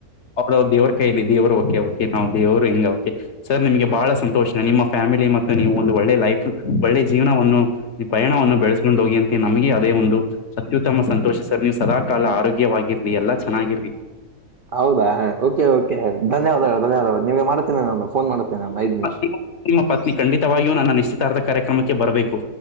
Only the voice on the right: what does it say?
ಹೌದಾ ಓಕೆ ಓಕೆ ಧನ್ಯವಾದಗಳು ಧನ್ಯವಾದಗಳು ನಿಮಗೆ ಮಾಡುತ್ತೇನೆ ನಾನು ಫೋನ್ ಮಾಡ್ತೇನೆ ನಾನು ಒಂದೈದ ನಿಮಿಷ.